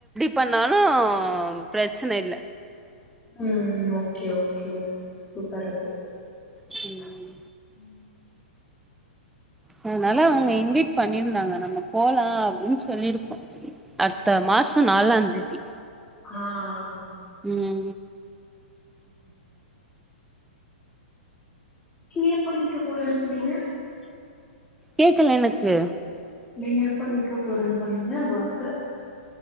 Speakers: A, in the centre; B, on the left.
A: பண்ணாலும் பிரச்சனை இல்ல
B: உம் ஓகே ஓகே ஓகே சூப்பரு
A: கும்
B: உம்
A: அதனால அவங்க இன்வைட் பண்ணியிருந்தாங்க நம்ம போலாம் அப்படின்னு சொல்லிருக்கோம் அடுத்த மாசம் நாலாம் தேதி
B: ஆ ம்
A: உம்
B: சூப்பர் சூப்பர் நீங்க எப்ப நீக்க போறன்னு சொன்னீங்க
A: கேக்கல எனக்கு
B: நீங்க எப்ப நிக்க போறேன்னு சொன்னீங்க ஒர்க்க